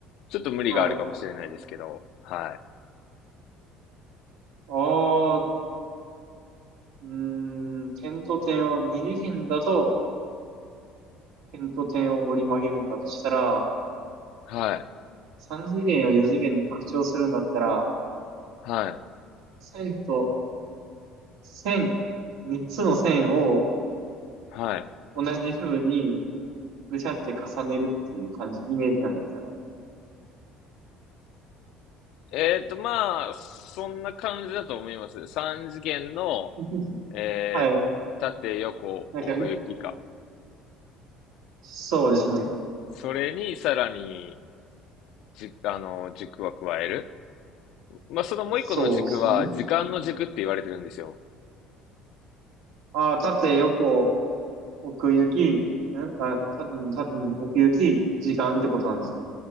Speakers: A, on the left (about 70°); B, on the right (about 85°).
A: ちょっと無理があるかもしれないですけど、
B: はい。
A: はい。
B: ああ、うーん、点と点を、二次元だと点と点を折り曲げるんだとしたら、
A: はい。
B: 三次元を四次元に拡張するんだったら、
A: はい。
B: 線と線、三つの線を
A: はい。
B: 同じ風にぐしゃって重ねるっていう感じ、イメージなんですかね。
A: えっと、まあ、そんな感じだと思います。3次元の、
B: <laughs>
A: えー縦横奥行きか。
B: はい。なんか、そうですね。
A: それにさらに、じ、あの、軸は加える。まあ、そのもう一個の軸は、
B: そうですね。
A: 時間の軸って言われてるんですよ。
B: ああ、縦横、奥行き、んあ、さ、うん、さ、うん、奥行き、時間ってことなんですね。